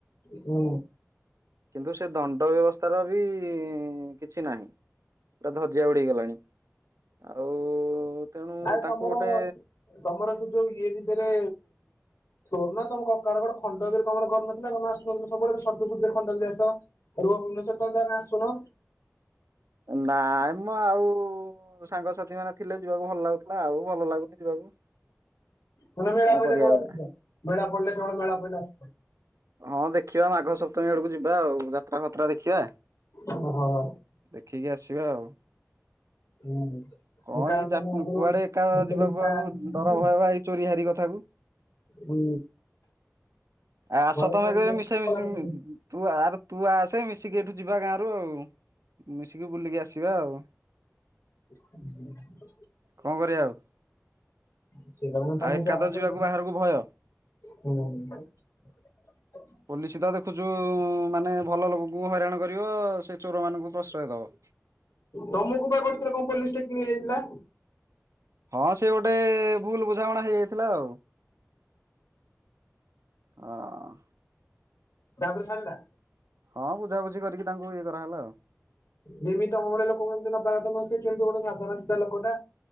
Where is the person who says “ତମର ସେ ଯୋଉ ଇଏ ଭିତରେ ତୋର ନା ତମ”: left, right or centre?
Left